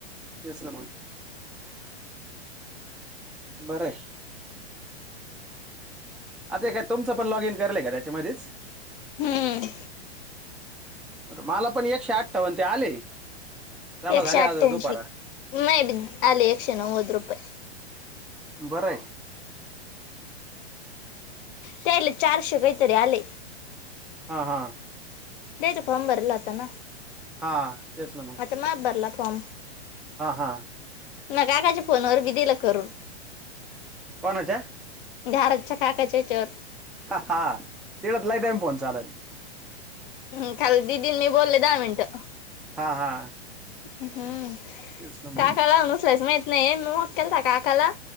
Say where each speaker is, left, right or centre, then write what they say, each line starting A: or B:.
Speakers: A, in the centre; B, on the left.
A: तेच ना मग... बरं आहे आता काय तुमचं पण लॉग इन करलय का त्याच्यामध्येच
B: हम्म
A: मला पण एकशे आठठावन ते आले. जमा
B: एकशे
A: झाले
B: अठ्ठ्यांशी
A: आज दुपारा
B: नाही आले एकशे नव्वद रुपये.
A: बरं ये.
B: त्याले चारशे काहीतरी आले.
A: हा हा.
B: <unintelligible> फॉम बरलाता ना.
A: हा तेच ना मग.
B: आता <unintelligible>
A: हा हा.
B: ना काकाच्या फोनवर बी दिलं करून.
A: कोणच्या?
B: <unintelligible> काकाच्या हेच्यावर
A: हा तिडत लाईट आहे <inaudible>
B: हम्म खाल ददी मी बोलले दहा मिनटं.
A: हा हा
B: हम्म
A: तेच ना मग
B: काकाला उचलायच माहित नाही. म मग केलता काकाला.